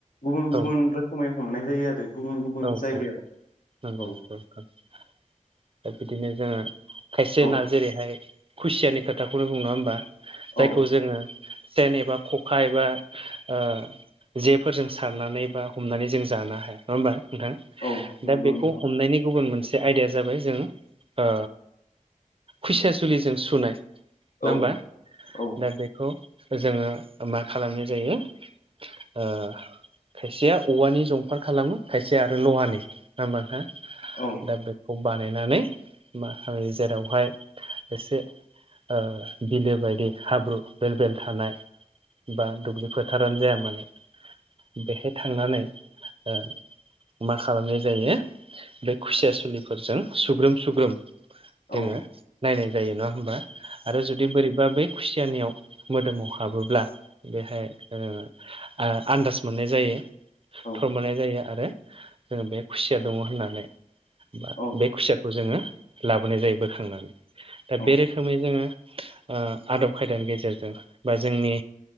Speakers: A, on the left; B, on the right.
A: गुबुन गुबुन
B: औ
A: रोखोमै हमनाय जायो आरो गुबुन गुबुन
B: औ
A: जायगायाव
B: औ नंगौ
A: औ
B: <inaudible> दा बिदिनो जोङो खायसे
A: औ
B: ना जेरैहाय खुसियानि खोथाखौनो बुं नङा होमबा। जायखौ
A: औ
B: जोङो सेन एबा खखा एबा आ जेफोरजों सारनानै बा हमनानै जों जानो हाया नङा होमबा। नोंथां
A: औ नंगौ
B: दा बेखौ
A: नोंथां
B: हमनायनि गुबुन मोनसे जे आयदाया जाबाय जों ओ खुसिया जुलिजों सुनाय ना
A: औ
B: होमबा
A: औ
B: दा बेखौ जोङो मा खालामनाय जायो आ खायसेया औवानि जंफार खालामो खायसे आरो लहानि नङा होमबा नोंथा।
A: औ
B: दा बेखौ बानायनानै मा खालायो जेरावहाय एसे ओ बिलो बायदि हाब्रु बेल बेल थानाय बा दुब्लि फोथारानो जाया मानो बेहाय थांनानै ओ मा खालामनाय जायो बे खुसिया सुलिफोरजों सुग्रोम सुग्रोम दोङो
A: औ
B: नायनाय जायो नङा होमबा आरो जुदि बोरैबा बे खुसियानियाव मोदोमाव हाबोब्ला बेहाय ओ आ आन्दाज मोननाय जायो थ'र
A: औ
B: मोननाय जायो आरो जोङो बे खुसिया दङ होननानै बा
A: औ
B: बे खुसियाखौ जोङो लाबोनाय जायो बोखांनानै दा
A: औ
B: बे रोखोम रोखोमै जोङो ओ आदब खायदानि गेजेरजों बा जोंनि